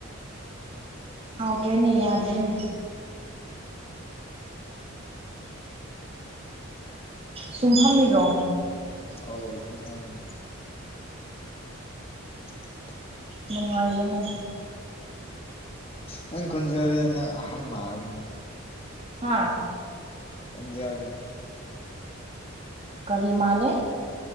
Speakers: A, on the right; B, on the left.
A: ꯑꯒꯦꯅꯤ ꯑꯖꯦꯅꯦ ꯁꯨꯝꯐꯝ ꯃꯤꯔꯣ
B: ꯑꯧ ꯐꯝꯃꯤ <unintelligible>
A: ꯅꯨꯡꯉꯥꯏꯌꯦꯅꯦ
B: ꯅꯪ ꯀꯣꯟꯖꯗ ꯅꯪ ꯑꯍꯟ ꯃꯥꯜꯂꯤꯅꯦ
A: ꯍꯥꯥ
B: ꯈꯣꯟꯖꯦꯜꯗꯣ
A: ꯀꯔꯤꯃꯥꯜꯂꯦ